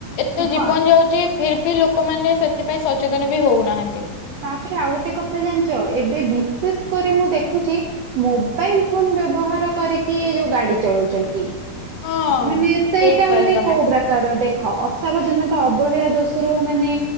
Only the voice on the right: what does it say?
ହଁ
ତାପରେ ଆଉ ଗୋଟେ କଥା ଜାଣିଛ ଏବେ ବିଶେଷ କରି ମୁଁ ଦେଖୁଛି ମୋବାଇ୍ ଫୋନ୍ ବ୍ୟବହାର କରିକି ଯୋଉ ଗାଡ଼ି ଚଳଉଛନ୍ତି।
ମାନେ ସେଇଟା
ମାନେ
କୋଉ ବ୍ରା କାର ଦେଖ ଅସାବଧାନତା ଅବହେଳା ଦୋଷରୁ ମାନେ